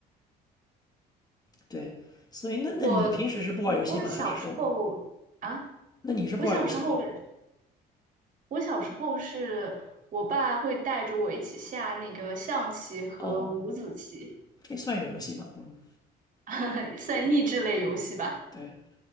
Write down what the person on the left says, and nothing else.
对，所以那那你平时是不玩游戏吗？
还是说，那你是不玩游戏吗？
哦，这也算一种游戏吧。嗯，
对，